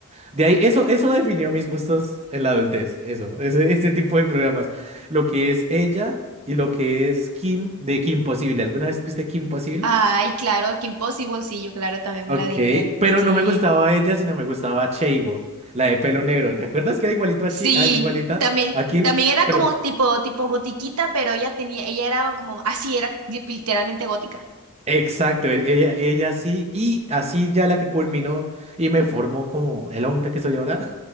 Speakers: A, on the right (about 30°); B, on the right (about 90°).
A: de ahí, eso, eso definió mis gustos en la adultez, eso, ese, este tipo de programas. Lo que es ella y lo que es Kim de Kim Possible. ¿Alguna vez viste Kim Possible?
B: ay, claro, que Impossible, sí, yo claro, también me
A: Ok,
B: la veía,
A: pero
B: sí.
A: no me gustaba ella, sino me gustaba Cheigo, la de pelo negro. ¿Te acuerdas que era igualito
B: Sí,
A: a Chi- a- igualita
B: también,
A: a Kim?
B: también era
A: Pero
B: como tipo, tipo gotiquita, pero ella tenía, ella era como, así era li- literalmente gótica.
A: exacto, e- ella, ella sí, y así ya la que culminó y me formó como el hombre que soy ahora. <laughs>